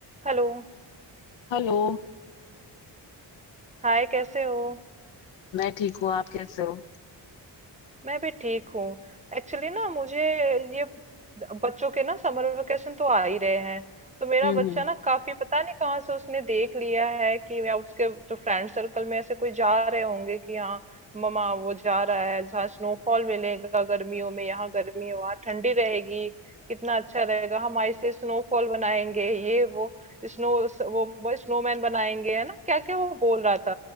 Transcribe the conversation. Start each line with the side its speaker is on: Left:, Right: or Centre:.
Right: Hello
Left: Hello
Right: Hi कैसे हो
Left: मैं ठीक हूँ आप कैसे हो
Right: मैं भी ठीक हूँ एक्चुअली ना मुझे ये बच्चों के ना समर वेकेशन तो आ ही रहे हैं तो मेरा
Left: हम्म
Right: बच्चा ना काफी पता नहीं कहाँ से उसने देख लिया है कि या उसके जो फ्रेंड सर्कल में ऐसे कोई जा रहे होंगे कि हाँ ममा वो जा रहा है जहाँ स्नोफॉल मिलेगा गर्मियों में यहाँ गर्मी है वहाँ ठंडी रहेगी कितना अच्छा रहेगा हम ऐसे स्नोफॉल बनाएंगे ये वो स्नो वो स्नोमैन बनाएंगे है ना क्या क्या वो बोल रहा